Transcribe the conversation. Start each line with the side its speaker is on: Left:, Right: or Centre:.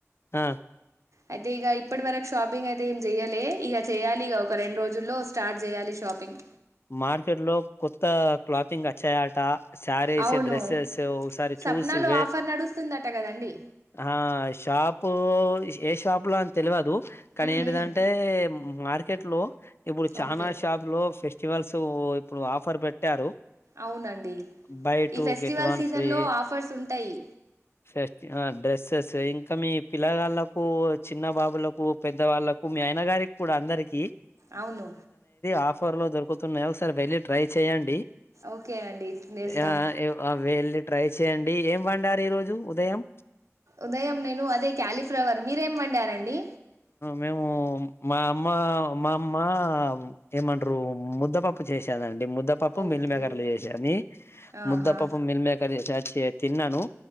Left: ఆ
Right: అయితే ఇగా ఇప్పటి వరకు షాపింగ్ అయితే తే ఏం చేయలే ఇగ చెయాలిగా ఒక రెండు రోజుల్లో స్టార్ట్ చేయాలి షాపింగ్
Left: మార్కెట్ లో కొత్త క్లాతింగ్ వచ్చయాట శారీస్
Right: అవును
Left: డ్రెస్సెస్ ఒకసారి
Right: సప్నాలో
Left: చూసి వే
Right: ఆఫర్ నడుస్తుందట కదండి
Left: ఆ షాపు షే పులా అని తెలువదు కనీ
Right: మ్మ్,
Left: ఏంటిదంటే
Right: మ్మ్.
Left: మార్ కేట్లో ఇప్పుడు చానా
Right: ఓకే
Left: ఫెస్టివల్స్ ఇప్పుడు ఆఫర్ పెట్టారు
Right: అవునండి
Left: బై
Right: ఈ
Left: two
Right: festival
Left: get one
Right: సీజన్లో
Left: free
Right: ఆఫర్స్ ఉంటాయి
Left: ఫస్ డ్రెస్సెస్ ఇం ఇంక మీ పిల్లగాళ్లకు చిన్న బాబులకు పెద్ద వాళ్ళలకు మీ ఆయన గారికి కూడా అందరికి
Right: అవును
Left: హఫ్వర్ లో దొరుకుతున్నాయి ఒకసారి వెల్లి ట్రై చేయండి
Right: ఓకే అండి వెళ్తా
Left: ఆ అ వ వెళ్ళి ట్రై చేయండి ఏం వండారు ఈ రోజు ఉదయం
Right: ఉదయం నేను అదే క్యాలిఫ్లవర్ మీరేం వండారండి
Left: మేము మా అమ్మ మా అమ్మ ఏమంటారు ముద్దపప్పు చేసారండి ముద్దపప్పు
Right: ఓకే
Left: మిల్మేకర్లు చేసాని
Right: ఆహా
Left: ముద్దపప్పు మిల్ మేకర్ చేసచ్చ తిన్నాను